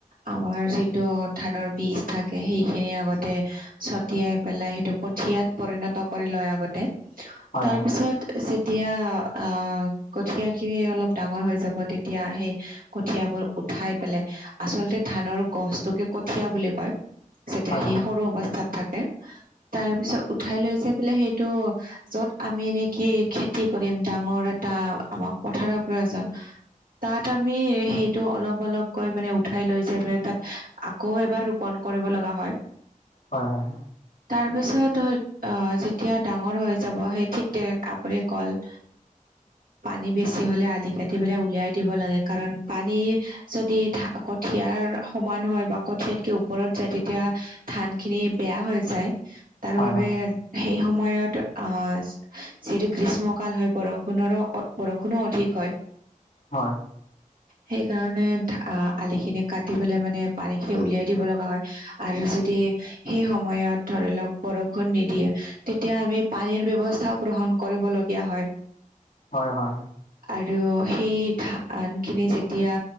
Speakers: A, on the right; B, on the left.
A: আমাৰ যিটো ধানৰ বীজ থাকে সেইখিনি আগতে ছটিয়াই পেলাই সেইটো কঠিয়াত পৰিণত কৰি লয় আগতে
B: হয়
A: তাৰপিছত যেতিয়া আহ কঠিয়া খিনি অলপ ডাঙৰ হৈ যাব তেতিয়া সেই কঠিয়াবোৰ উঠাই পেলাই আচলতে ধানৰ গছটোকে কঠিয়া বুলি কয়। যেতিয়া
B: হয়
A: সি
B: হয়
A: সৰু অৱস্থাত থাকে তাৰ পিছত উঠাই লৈ যে পেলে সেইটো য'ত আমি নেকি খেতি কৰিম ডাঙৰ এটা। আমাক পথাৰৰ প্ৰয়োজন তাত আমি সেইটো অলপ অলপকৈ মানে উঠাই লৈ যাই মানে তাত আকৌ এবাৰ পন কৰিব লগা হয়।
B: হয় হয়।
A: তাৰ পিছত হয় আহ যেতিয়া ডাঙৰ হৈ যাব সেই ঠিক তেনে আপৰে কল। পানী বেছি হূলে আলি কাটি পেলাই উলিয়াই দিব লাগে কাৰণ পানী যদি কঠিয়াৰ সমান হয় বা কঠিয়াতকে ওপৰত যায় তেতিয়া ধান খিনি বেয়া হৈ যায়। তাৰ
B: হয়
A: বাবে
B: হয় হয় হয়
A: সেই সময়ত আহ যিহেতু গ্ৰীষ্মকাল হয় বৰষুণৰো বৰষুণো অধিক হয়।
B: আহ
A: সেইকাৰণে আলিখিনিত কাটি পেলাই মানে পানী খিনি উলিয়াই দিব লগা হয় আৰু যদি সেই সময়ত ধৰি লওঁক বৰষুণ নিদিয়ে তেতিয়া আমি পানীৰ ব্যয়ৱস্থাও গ্ৰহণ কৰিবলগীয়া হয়।
B: হয় হয়
A: আৰু সেই ধান খিনি যেতিয়া